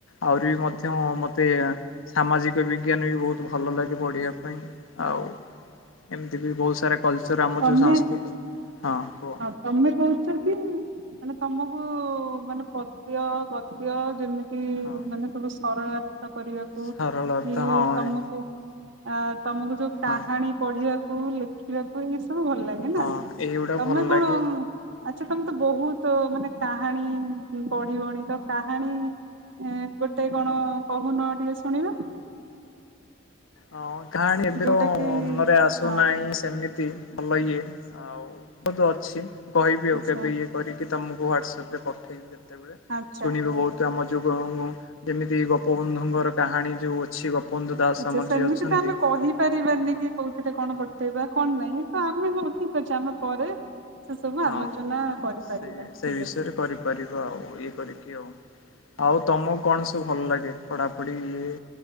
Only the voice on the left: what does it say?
ଆହୁରି ବି ମଧ୍ୟ ମତେ ସାମାଜିକ ବିଜ୍ଞାନ ବି ବହୁତ ଭଲ ଲାଗେ ପଢ଼ିବା ପାଇଁ। ଆଉ ଏମିତି ବି ବହୁତ ସାରା କଲଚର୍ ଆମ
ଯଉଁ ସାସ୍କୃତି ହଁ କୁହ।
ହଁ।
ସରଳ ଅର୍ଥ
ହଁ
ହଁ
ହଁ
ଏଇଗୁଡା
ଭଲ
ଲାଗେ।
ହଁ କାହାଣୀ ଏବେ
ତ
ମନରେ ଆସୁନାହିଁ
ସେମିତି। ଭଲ ଇଏ ଆଉ ବହୁତ ଅଛି କହିବି ଆଉ
କେବେ ଇଏ କରିକି ତମକୁ ହ୍ଵାଟସଆପରେ ପଠେଇବି କେତେବେଳେ
ଶୁଣିବେ ବହୁତ ତ ଆମ ଯୋଉ ଯେମିତି ଗୋପବନ୍ଧୁଙ୍କର କାହାଣୀ ଯୋଉ ଅଛି ଗୋପବନ୍ଧୁ ଦାସ
ଆମର
ଯିଏ ଅଛନ୍ତି।
ହଁ
ହୁଁ
ହଁ।
ସେଇ
ସେଇ ବିଷୟରେ
କରିପାରିବା ଆଉ ଇଏ କରିକି ଆଉ। ଆଉ ତମକୁ କଣ ସବୁ ଭଲ ଲାଗେ ପଢ଼ାପଢ଼ି ଇଏ